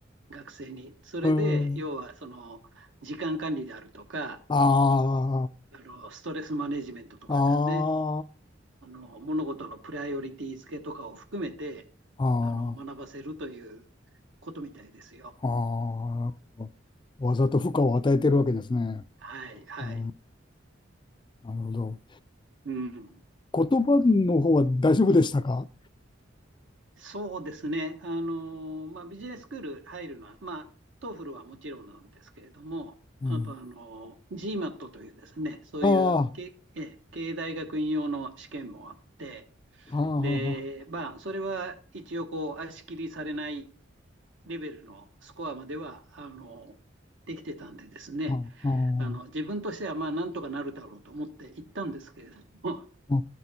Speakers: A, on the right; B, on the left.
A: 学生に。それで、
B: うん、
A: 要は、その、時間管理であるとか、
B: あ
A: あの、ストレスマネジメントとかですね、
B: あ、ああ、
A: あの、物事のプライオリティ付けとかを含めて、
B: あ
A: あの、学ばせるということみたいですよ。
B: あ、ああ、わざと負荷を与えてるわけですね。
A: はい、はい。
B: うん、なるほど。
A: うん、
B: 言葉の方は大丈夫でしたか
A: そうですね。あの、まあ、ビジネススクール入るのは、まあ、トーフルはもちろんなんですけれども、
B: うん。
A: あと、あのー、GMAT というですね、そういうけ、
B: ああ、
A: ええ、経営大学院用の試験もあって、
B: ああ、ああ、
A: で、まあ、それは一応、こう、足切りされないレベルのスコアまでは、あの、できてたんでですね、
B: あ
A: あの、自分としては、まあ、なんとかなるだろうと思って行ったんですけれども、
B: あ、